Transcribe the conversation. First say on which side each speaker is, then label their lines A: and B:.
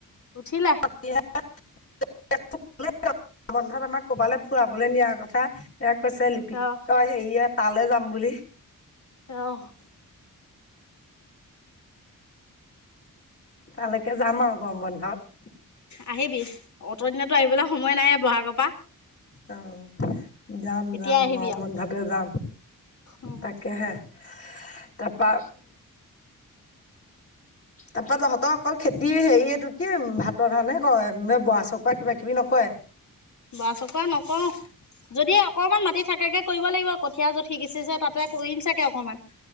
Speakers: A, on the left; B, on the left.
A: উঠিলে।
B: বন্ধত আমাক কৰবালে ফূৰাবলৈ নিয়া কথা। এ কৈছে লিপি
A: অ
B: হেৰি তালৈ যাম বুলি।
A: অ
B: তালেকে যাম আৰু গম বন্ধত।
A: আহিবি অত দিনে টো আহিবলৈ সময় নাই বহাগৰ পৰা।
B: অ যাম
A: এতিয়া
B: যাম
A: আহিবি
B: গৰম
A: আৰু
B: বন্ধতে যাম
A: উম
B: তাকেহে, তা পা। তাৰপৰা তহঁতৰ অকল খেতি হেৰি এইটো কি ভাতৰ কাৰণে কয় বৰা চকৰা কিবা কিবি নকয়।
A: বৱা চকাআ নকও, যদি অকমান মাটি থাকেগে কৰিব লাগিব কঠীয়া যত সিচিছে তাতে কৰিম চাগে অকনমান।